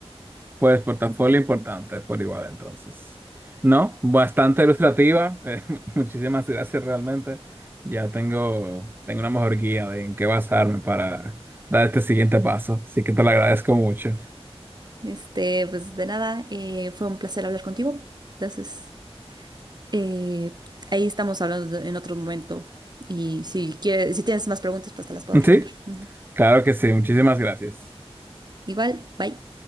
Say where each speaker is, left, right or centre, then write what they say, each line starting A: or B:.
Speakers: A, on the right; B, on the right.
A: Pues portafolio importante por igual entonces. No, bastante ilustrativa. eh, <laughs> muchísimas gracias realmente. Ya tengo, tengo una mejor guía de en qué basarme para dar este siguiente paso. Así que te lo agradezco mucho. <laughs>
B: Este, pues de nada, eh, fue un placer hablar contigo. Entonces, eh, ahí estamos hablando de- en otro momento. Y si quieres, si tienes más preguntas, pues te las puedo responder.
A: Sí,
B: Ujú.
A: claro que sí. Muchísimas gracias.
B: Igual, bye.